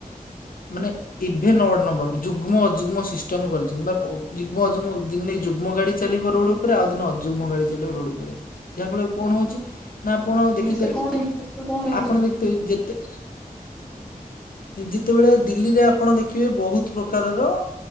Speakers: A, on the left; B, in the centre.
A: ମାନେ ଇଭେ ନଡ ନମ୍ବର ଯୁଗ୍ମ ଅଯୁଗ୍ମ ସିଷ୍ଟମ କରିଛନ୍ତି ବା ଯୁଗ୍ମ ଅଯୁଗ୍ମ ଦିନ ଯୁଗ୍ମ ଗାଡି ଚାଲିବ ରୋଡ ଉପରେ ଆଉ ଦିନେ ଯୁଗ୍ମ ଗାଡି ଚାଲିବ ରୋଡ ଉପରେ ଯାହାଫଳରେ କଣ ହୋଉଚି ନା ଆପଣ
B: ଆଜ୍ଞା
A: ଦେଖିଥେ
B: ସେ କଣ କଣ ହେଇଯିବ
A: ଆପଣ ଦେଖିେ ଯେତେ ଯେତେବେଳେ ଦିଲ୍ଲୀରେ ଆପଣ ଦେଖିବେ ବହୁତ ପ୍ରକାରର